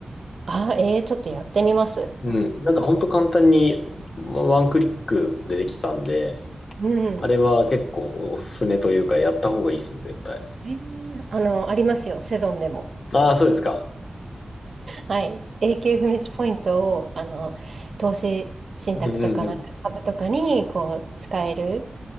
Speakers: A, on the right; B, on the left.
A: あ、えーちょっとやってみます。
B: うん。ん。なんかほんと簡単にまワンクリックでできたんで、
A: うん。
B: あれは結構おすすめというかやった方がいいですね、絶対。
A: えーあの、ありますよ。セゾンでも。
B: ああ、そうですか。
A: はい。永久不滅ポイントを、あの、投資信託とかなんか株とかに、
B: うんうんうん。
A: こう、使える。